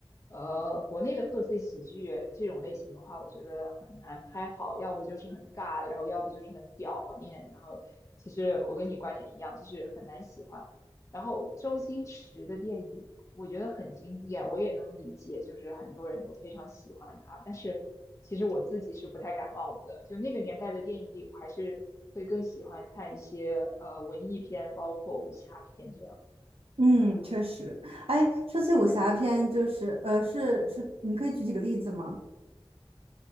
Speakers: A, on the left; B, on the right.
A: 呃，国内的贺岁喜剧这种类型的话，我觉得很难拍好，要不就是很尬，然后要不就是很表面，然后其实我跟你观点一样，就是很难喜欢。然后周星驰的电影，我觉得很经典，我也能理解，就是很多人都非常喜欢他。但是其实我自己是不太感冒的，就那个年代的电影里，我还是会更喜欢看一些呃文艺片，包括武侠片这样子。
B: 嗯，确实。哎，说起武侠片，就是呃，是是，你可以举几个例子吗？